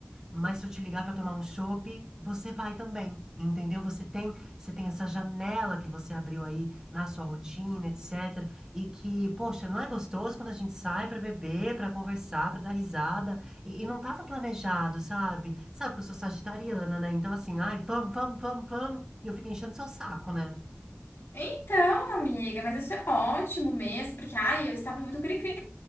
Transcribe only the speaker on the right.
mas se eu te ligar pra tomar um chopp, você vai também, entendeu? Você tem, você tem essa janela que você abriu aí na sua rotina, etc. E que, poxa, não é gostoso quando a gente sai pra beber, pra conversar, pra dar risada. E, e não tava planejado, sabe? Sabe que eu sou sagitariana, né? Então assim, ai, vamos, vamos, vamos, vamos. E eu fico enchendo seu saco, né?